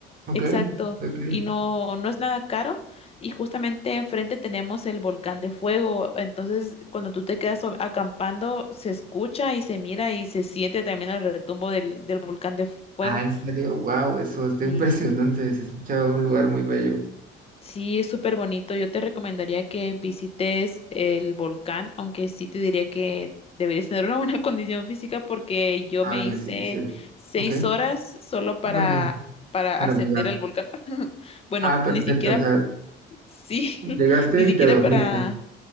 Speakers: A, on the right (about 40°); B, on the left (about 30°).
A: Ok,
B: Exacto,
A: ok.
B: y no, no es nada caro y justamente enfrente tenemos el volcán de fuego, entonces cuando tú te quedas so- acampando se escucha y se mira y se siente también el retumbo del, del volcán de fuego.
A: Ah, ¿en serio? Wow, eso está
B: Y
A: <laughs> impresionante. Se escucha un lugar muy bello.
B: sí, es súper bonito, yo te recomendaría que visites el volcán, aunque sí te diría que deberías tener una buena <laughs> condición física porque yo
A: Ah,
B: me
A: venga,
B: hice
A: sí, sí, sí.
B: seis
A: Ok,
B: horas solo para,
A: órale,
B: para
A: para
B: ascender
A: llegar.
B: al volcán. <laughs> Bueno,
A: Ah, perfecto.
B: ni siquiera
A: O sea,
B: Sí, <laughs>
A: llegaste
B: ni siquiera
A: y te dormiste.
B: para,